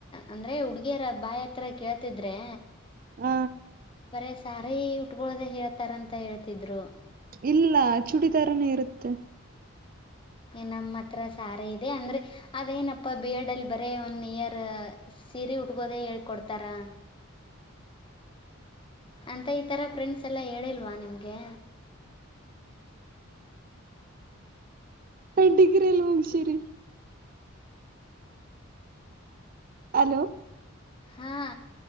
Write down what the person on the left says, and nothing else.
ಅಂದ್ರೆ ಹುಡ್ಗಿಯರ ಬಾಯ ಹತ್ರ ಕೇಳ್ತಿದ್ರೆ
ಬರೇ ಸಾರಿ ಉಟ್ಕೊಳೋದ ಹಳ್ತಾರ ಅಂತ ಹೇಳ್ತಿದ್ರು
ನಮ್ಮ ಹತ್ರ ಸಾರಿ ಇದೆ ಅಂದ್ರೆ ಅದೇನಪ್ಪಾ ಬಿಎಡ್ ಅಲ್ಲಿ ಬರೇ ಒಂದ ಒನ್ ಇಯರ್ ಸೀರೆ ಉಟ್ಕೋದೇ ಹೇಳ್ಕೊಡ್ತಾರಾ ಅಂತ ಈತರ ಫ್ರೆಂಡ್ಸ್ ಎಲ್ಲ ಹೇಳಿಲ್ವಾ ನಿಮ್ಗೆ
ಹಾ